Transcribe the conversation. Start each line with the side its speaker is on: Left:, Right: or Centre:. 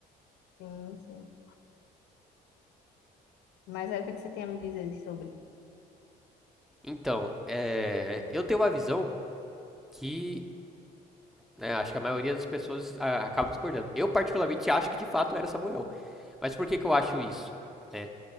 Left: Sim, sim. Mas aí o que é que você tem a me dizer sobre?
Centre: Então, é, eu tenho uma visão que né? Acho que a maioria das pessoas a- acaba discordando. Eu, particularmente, acho que de fato era Samuel. Mas por que, que eu acho isso? né?